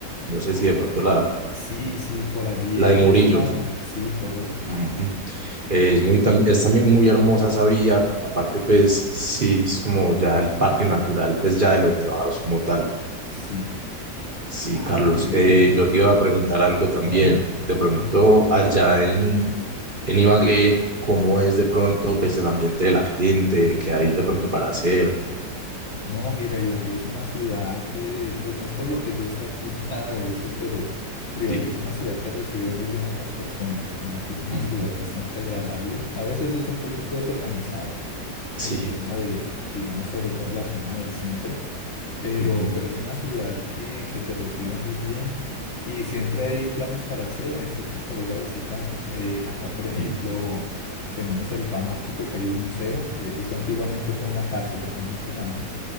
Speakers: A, on the right; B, on the left.
A: No sé
B: Ah,
A: si de pronto la,
B: sí, sí, por allí
A: la
B: he
A: de Murillo.
B: estado. Sí, correcto.
A: Ujú. Es muy, tam- es también muy hermosa esa vía, aparte pues sí, es como ya el parque natural, pues ya de los nevados como tal.
B: Sí.
A: Sí,
B: Ay,
A: Carlos,
B: qué bien.
A: eh,
B: Pues,
A: yo te iba
B: pues,
A: a preguntar algo también,
B: claro,
A: de pronto
B: dale.
A: allá en, en Ibagué, ¿cómo es de pronto pues el ambiente de la gente, qué hay de pronto para hacer?
B: No, mira, Ibagué es una ciudad, eh, pues no es por lo que yo esté aquí ni nada de eso, pero, pero Ibagué
A: Sí,
B: es una ciudad que recibe muy bien a las personas. Mira que es una
A: ujú,
B: ciudad bastante agradable. A veces es un poquito desorganizado
A: sí,
B: el tema de, digamos, sobre todo la zona del centro, pero,
A: ujú,
B: pero es una ciudad que, que te recibe muy bien y siempre hay planes para hacer, hay sitios para ir a visitar. Eh, acá, por ejemplo,
A: sí,
B: tenemos el Panóptico, que hay un museo. eh, eso antiguamente fue una cárcel hace muchos años